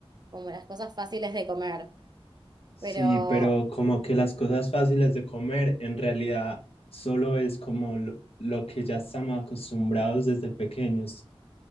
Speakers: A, on the right; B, on the left.
A: como las cosas fáciles de comer.
B: Sí,
A: Pero,
B: pero como que las cosas fáciles de comer en realidad solo es como lo, lo que ya estamos acostumbrados desde pequeños.